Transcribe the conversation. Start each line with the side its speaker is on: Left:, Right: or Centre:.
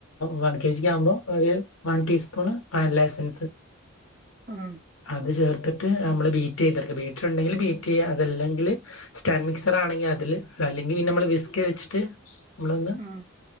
Left: വൺ കെ ജിക്ക് ആകുമ്പോ ഒരു വൺ ടീസ്പൂൺ വാനില എസൻസ്
Right: ഉം
Left: അത് ചേർത്തിട്ട് നമ്മള് ബീറ്റ് ചെയ്ത എട്ക്ക ബീറ്റിറ് ഇണ്ടെങ്കിൽ ബീറ്റ് ചെയ്യാം അതല്ലെങ്കില് സ്റ്റാൻഡ് മിക്സറാണെങ്കി അതില് അല്ലെങ്കി നമ്മള് വിസ്ക് വെച്ചിട്ട് നമ്മളൊന്ന്
Right: ആഹ് ആഹ്